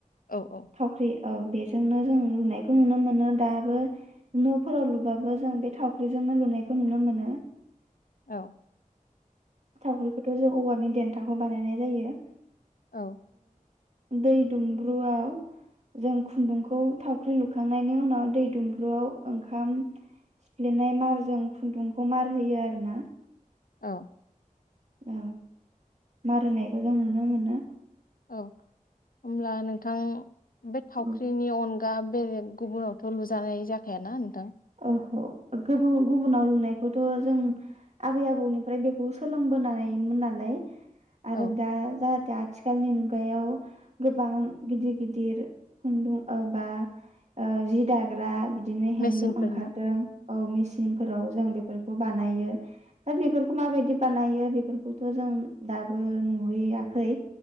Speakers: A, on the left; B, on the right.
A: औ औ
B: थावख्रि औ बे जोंनो जों लुनायखौ नुनो मोनो दा नफोराव लुबाबो जों बे थावख्रिजोंनो लुनायखौ नुनो मोनो
A: औ
B: थावख्रिखौथ' जों औवानि देन्थाखौ बानायनाय जायो
A: औ
B: दै दुमब्रुआव जों खुन्दुंखौ थावख्रि लुखांनायनि उनाव दै दुमब्रुआव ओंखाम सिफ्लेनाय मारजों खुन्दुंखौ मार होयो आरोना
A: औ
B: औ मार होनायखौ जों नुनो मोनो
A: औ होमब्ला नोंथां बे थावख्रिनि
B: औ
A: अन दा बेलेग गुबुनावथ लुजानाय जाखायाना नोंथां
B: अह गुबुन गुबुनाव लुनायखौ थ' जों आबै आबौनिफ्राय बेखौ सोलोंबोनाय मोन नालाय आरो
A: औ
B: दा जा दा आथिखालनि मुगायाव गोबां गिदिर गिदिर खुन्दुं ओ बा ओ जि दाग्रा बि दिनि हेन्दलुम
A: मेचिनफोर
B: ओंखारदों
A: ना
B: औ मेसिनफोराव जों बे बेफोरखौ बानायो दा बेफोरखौ माबायदि बानायो बेफोरखौथ जों दाबो नुहैयाखै